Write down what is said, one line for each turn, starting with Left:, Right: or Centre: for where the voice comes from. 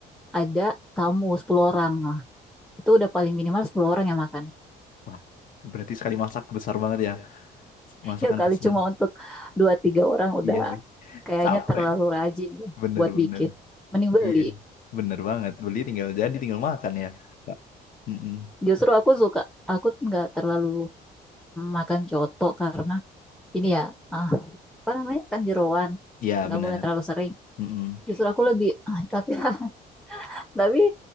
Centre: ada tamu 10 orang. itu udah paling minimal 10 orang yang makan. <laughs>
Left: Wah, berarti sekali masak besar banget ya. Masakan
Centre: Ya kali
Left: besar.
Centre: cuma untuk dua tiga orang udah
Left: Iya sih.
Centre: kayaknya
Left: Capek.
Centre: terlalu rajin ya
Left: Bener-bener.
Centre: buat bikin. Mending beli.
Left: Iya, bener banget. Beli tinggal jadi, tinggal makan ya. Kak. Mm-mm.
Centre: Justru aku suka, aku nggak terlalu makan coto karena ini ya, ah, apa namanya kan jeroan.
Left: Iya,
Centre: Nggak
Left: benar.
Centre: boleh terlalu sering.
Left: Mm-mm.
Centre: Justru aku lebih, ah, tapi <laughs> tapi